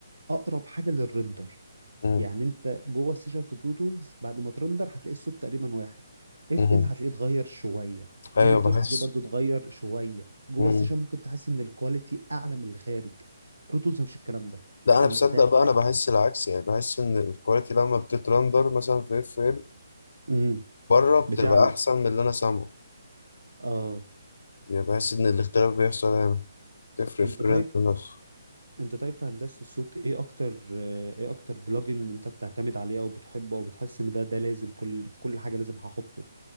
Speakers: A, on the right (about 85°); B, on the left (about 65°).
A: اقرب حاجه للرندر
B: امم
A: يعني انت جوه السيشن في برو تولز بعد ما ترندر هتلاقي الصوت تقريبا واحد اف
B: امم
A: ال هتلاقيه اتغير شويه
B: ايوه
A: ابلتون
B: بحس
A: هتلاقيه برضو اتغير شويه جوه
B: امم
A: السيشن ممكن تحس ان الكواليتي اعلى من اللي خارج برو تولز مفيش الكلام ده
B: لا انا
A: انت
B: بصدق
A: ح...
B: بقى انا بحس العكس يعني بحس ان الكواليتي لما بتترندر مثلا في اف ال
A: مم.
B: بره بتبقى
A: بتعلى
B: احسن من اللي انا سامعه
A: اه
B: يعني بحس ان الاختلاف بيحصل هنا تفرق
A: انت
B: في الريندر
A: طيب
B: نفسه
A: انت طيب في هندسه الصوت ايه اكتر آه، ايه اكتر بلوجن انت بتعتمد عليه او بتحبه او بتحس ان ده ده لازم كل في كل حاجه لازم هحطه